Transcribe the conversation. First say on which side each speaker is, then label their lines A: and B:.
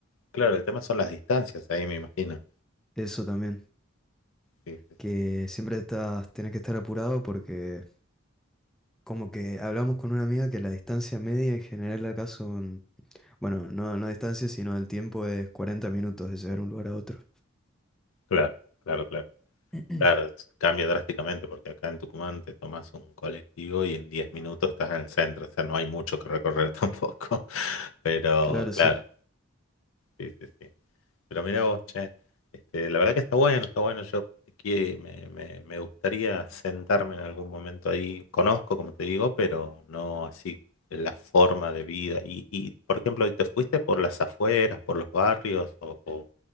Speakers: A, on the left; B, in the centre.
A: Claro, el tema son las distancias ahí, me imagino.
B: Eso también.
A: Sí, sí,
B: Que
A: sí.
B: siempre estás, tienes que estar apurado porque Como que hablamos con una amiga que la distancia media en general acá son, bueno, no, no distancia, sino el tiempo es 40 minutos de llegar de un lugar a otro.
A: Claro, claro, claro.
B: <clears throat>
A: Claro, es- cambia drásticamente porque acá en Tucumán te tomas un colectivo y en 10 minutos estás en el centro, o sea, no hay mucho que recorrer <laughs> tampoco. Pero
B: Claro,
A: claro,
B: sí.
A: sí, sí, sí. Pero mirá vos, che, este, la verdad que está bueno, está bueno. Yo que me, me, me gustaría sentarme en algún momento ahí. Conozco, como te digo, pero no así la forma de vida. Y, y por ejemplo, ¿te fuiste por las afueras, por los barrios o, o,